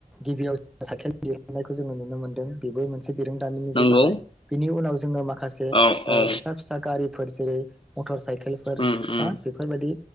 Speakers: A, in the centre; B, on the left (about 35°).
A: गिबियावज साइखेल दिरुनायखौ जोंङो नु नो मोनदों बेबो मोनस बिरोंदामिननि
B: नंगौ
A: जौगानाय बिनि उनावज जोंङो माख खासे ओ
B: औ औ
A: फिसा फिसा गारि फोर‌ जेरै मथरसाइक बेफोरबायदि
B: उम उम